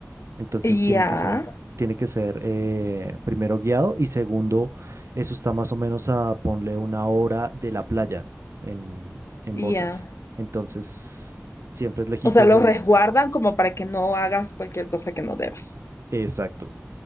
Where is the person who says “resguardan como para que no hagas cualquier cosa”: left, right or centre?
Left